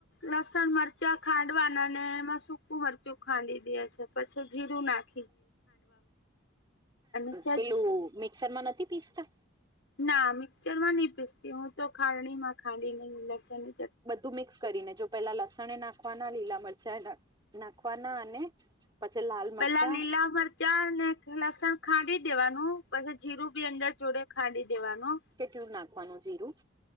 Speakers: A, on the left; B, on the right.
A: લસણ મરચા ખાંડવાના ને એમાં શુ ું મરચું ખાંડી દે છે પછી જીરું નાખ અને સેજ
B: પેલું મિક્સર માં નથી પીસતા?
A: ના મિક્ચરમાં નહી પીસતી હું તો ખાણી માં ખાંડી ન લસન
B: બધું મિક્સ. કરીને જો પેલા લસણ નાખવાના લીલા મરચા નાખવાના અને પછી લાલ મરચા
A: પેલા લીલા ચાર ને લસણ ખાંડી દેવાનું, પછી જીરું બી અંદર જોડે ખાંડી દેવાનું.
B: કેટલું નાખવાનું જીરું?